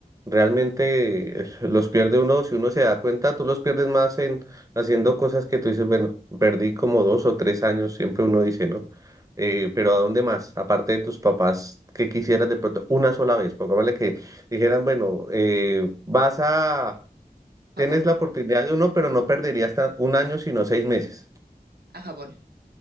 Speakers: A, on the right (about 20°); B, on the right (about 80°).
A: Realmente <laughs> eh, los pierde uno, si uno se da cuenta, tú los pierdes más en haciendo cosas que tú dices, bueno, perdí como dos o tres años, siempre uno dice, ¿no? Eh, pero ¿a dónde más? Aparte de tus papás, ¿qué quisieras de pronto? Una sola vez, pongámosle que dijeran, bueno, eh, vas a,
B: Japón,
A: tienes la oportunidad de uno, pero no perderías tan- un año, sino seis meses.
B: a Japón.